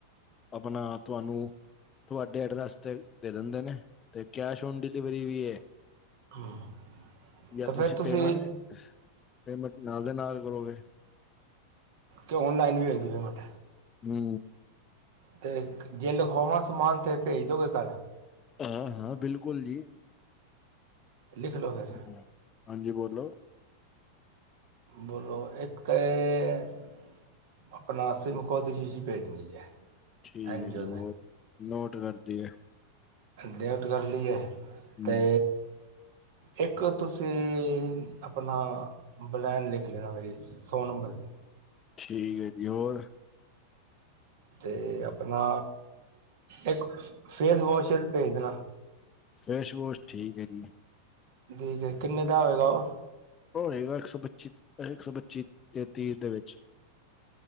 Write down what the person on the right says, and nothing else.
ਹੂੰ ਅਤੇ
ਫਿਰ ਤੁਸੀਂ
ਤੇ ਔਨਲਾਈਨ ਵੀ ਹੋ ਜਾਂਦੀ ਪੇਮੇੰਟ।
ਤੇ ਜੇ ਲਿਖਵਾਵਾਂ ਸਮਾਨ ਤੇ ਭੇਜ ਦੋਗੇ ਘਰ?
ਲਿਖ ਲਓ ਫਿਰ
ਬੋਲੋ ਇੱਕ ਏ ਅਪਣਾ ਸਿਮਕੋ ਦੀ ਸ਼ੀਸ਼ੀ ਭੇਜਨੀ ਜੇ
ਐਨ
ਓ
ਡੈਫਟ ਕਰ ਲੀ ਏ,
ਤੇ ਇੱਕ ਤੁਸੀ ਆਪਣਾ ਬਲੈਨ ਲਿੱਖ ਲੇਣਾ ਮੇਰੀ ਸੌ ਨੰਬਰ ਦੇ।
ਤੇ ਆਪਣਾ ਏੱਕ ਫੇਸ ਵੋਸ਼ਲ ਭੇਜ ਦੇਨਾ।
ਜੀ ਸਰ। ਕਿੰਨੇ ਦਾ ਹੋਏਗਾ ਓ?